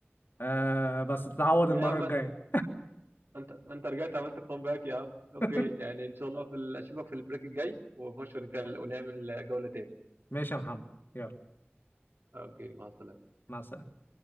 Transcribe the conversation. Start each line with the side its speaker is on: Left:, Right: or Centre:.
Left: آه بس تتعوض
Right: ليه
Left: المرة
Right: يا عم ما
Left: الجاية
Right: انت ما انت رجعت عملت كومباك يا عم اوكي
Left: <laughs>
Right: يعني ان شاء الله في ال- اشوفك في البريك الجاي ونخش ونكل- ونعمل جولة تاني
Left: ماشي يا محمد يلا
Right: اوكي مع السلامة
Left: مع السلامة